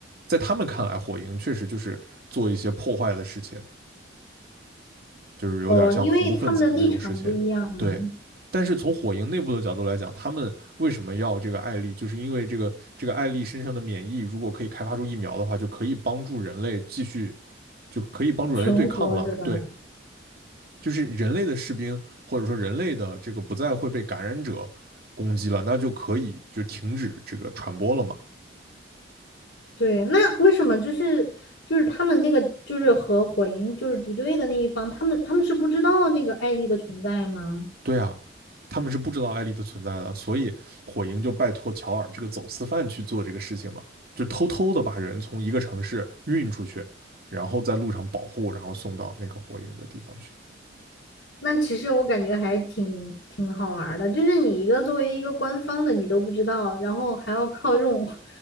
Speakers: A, on the right (about 50°); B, on the left (about 65°).
A: 在他们看来，火影确实就是做一些破坏的事情。就是有点像恐怖分子的那种事情。
B: 哦，因为他们的立场不一样嘛，
A: 对，但是从火影内部的角度来讲，他们为什么要这个艾丽，就是因为这个这个艾丽身上的免疫，如果可以开发出疫苗的话，就可以帮助人类继续，就可以帮助人类对抗了。
B: 存活是吧？
A: 对，就是人类的士兵或者说人类的这个不再会被感染者攻击了，那就可以就停止这个传播了嘛。
B: 对，那为什么就是就是他们那个就是和火影就是敌对的那一方，他们他们是不知道那个艾丽的存在吗？
A: 对啊，他们是不知道艾丽的存在的，所以火营就拜托乔尔这个走私犯去做这个事情嘛，就偷偷的把人从一个城市运出去，然后在路上保护，然后送到那个火营的地方去。
B: 那其实我感觉还挺挺好玩儿的，就是你一个作为一个官方的你都不知道，然后还要靠这种 <laughs>